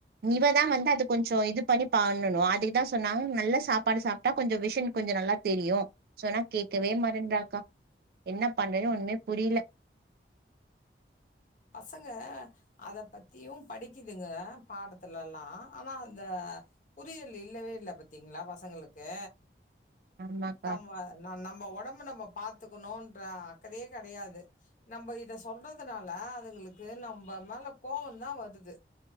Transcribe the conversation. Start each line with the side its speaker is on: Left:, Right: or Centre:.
Right: இவ தா வந்து அத கொஞ்சோ இது பண்ணி பண்ணணு அதுக்குதா சொன்னாங்க நல்ல சாப்பாடு சாப்டா கொஞ்ச விஷின் கொஞ்ச நல்லா தெரியு சொன்னா கேக்கவே மட்டன்றாக்கா என்ன பண்றது ஒண்ணுமே புரியில
Left: பசங்க அத பத்தியும் படிக்குதுங்க பாடத்துல‌லா ஆனா அந்த புரியல் இல்லவே இல்ல பத்தீங்களா பசங்களுக்கு
Right: ஆமாக்கா
Left: தம்ம நம்ப ஒடம்பு நம்ம பா கத்துக்கனோன்ற அக்கறே கெடையாது நம்ப இத சொல்றதுனால அதுங்களுக்கு நம்ம மேல கோவதா வருது